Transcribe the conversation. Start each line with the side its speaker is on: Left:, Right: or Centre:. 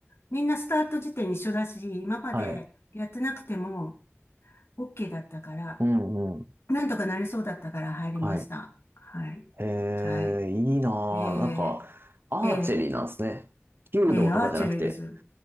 Left: みんなスタート時点一緒だし、今までやってなくても
Right: はい。
Left: OK だったから、
Right: うんうん。
Left: なんとかなりそうだったから入りました。
Right: はい。
Left: はい。
Right: え
Left: はい。
Right: ー、いいなぁなんか、
Left: え
Right: アーチェリーなんですね。
Left: ー、えー
Right: 弓道とかじゃなくて。
Left: ええ、アーチェリーです。